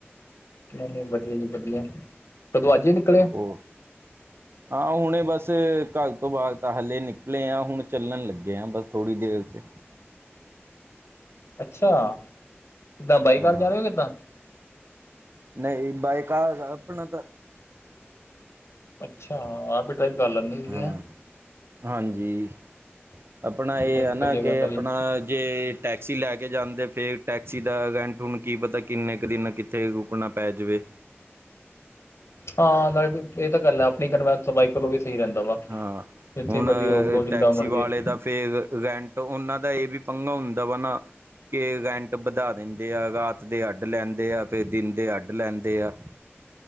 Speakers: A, on the left; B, on the right.
A: ਨਹੀਂ- ਨਹੀਂ, ਵਧੀਆ ਜੀ ਵਧੀਆ, ਕਦੋਂ ਅੱਜ ਹੀ ਨਿਕਲੇ ਆ।
B: ਹੋਰ? ਹਾਂ ਹੁਣੇ, ਬਸ ਘਰ ਤੋਂ ਬਾਹਰ, ਤਾਂ ਹਾਲੇ ਨਿਕਲੇ ਆ। ਹੁਣ ਚੱਲਣ ਲੱਗੇ ਹਾਂ, ਬਸ। ਥੋੜੀ ਦੇਰ ਚ
A: ਅੱਛਾ। ਕਿੱਦਾਂ, ਬਾਈਕਾਰ
B: ਹਾਂ
A: ਜਾ ਰਹੇ ਹੋ, ਕਿੱਦਾਂ?
B: ਨਹੀਂ, ਬਣੀਕਾਰ, ਆਪਣਾ ਤਾਂ
A: ਅੱਛਾ। ਆਪ ਹੀ ਡਰਾਈਵ ਕਰ ਲੈਂਦੇ ਹੋ, ਤੁਸੀ।
B: ਹਾਂ ਹਾਂਜੀ। ਆਪਣਾ ਇਹ,
A: ਨਹੀਂ ਨਹੀਂ
B: ਹੈ ਨਾ
A: ਵਧੀਆ
B: ਕਿ,
A: ਗੱਲ ਹੈ
B: ਆਪਣਾ
A: ਜੀ
B: ਜੇ ਟੈਕਸੀ ਲੈ ਕੇ ਜਾਂਦੇ, ਫੇਰ ਟੈਕਸੀ ਦਾ ਰੈਂਟ ਹੁਣ, ਕੀ ਪਤਾ, ਕਿੰਨੇ ਕੁ ਦਿਨ, ਕਿੱਥੇ ਰੁਕਣਾ ਪੈ ਜਾਵੇ।
A: ਹਾਂ, ਨਾਲੇ ਇਹ ਤਾਂ ਗੱਲ ਹੈ। ਆਪਣੀ ਕਨਵੈਂਸ ਵਹੀਕਲ ਹੋ ਵੇ, ਸਹੀ ਰਹਿੰਦਾ ਵਾ।
B: ਹਾਂ
A: ਜਿੱਥੇ
B: ਹੁਣ,
A: ਮਰਜ਼ੀ ਰੋਕ ਲਓ ਜਿੱਦਾਂ
B: ਟੈਕਸੀ
A: ਮਰ
B: ਵਾਲੇ
A: ਜੇ
B: ਦਾ ਫੇਰ ਉਹਨਾਂ ਦਾ ਇਹ ਵੀ, ਪੰਘਾ ਹੁੰਦਾ ਵਾ ਨਾ ਕੈਂਟ ਵਧਾ, ਦਿੰਦੇ ਆ ਰਾਤ ਦੇ ਅੱਡ ਲੈਂਦੇ ਆ। ਫੇਰ ਦਿਨ ਦੇ ਅੱਡ ਲੈਂਦੇ ਆ।